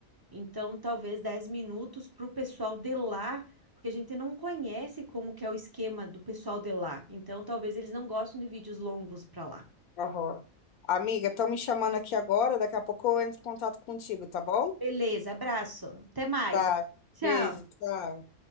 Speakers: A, on the right (about 20°); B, on the left (about 80°).
A: Então, talvez 10 minutos para o pessoal de lá, porque a gente não conhece como que é o esquema do pessoal de lá. Então, talvez eles não gostam de vídeos longos para lá.
B: Aham. Amiga, estão me chamando aqui agora, daqui a pouco eu entro em contato contigo, tá bom?
A: Beleza, abraço. Até mais.
B: Tá.
A: Tchau.
B: Beijo, tchau.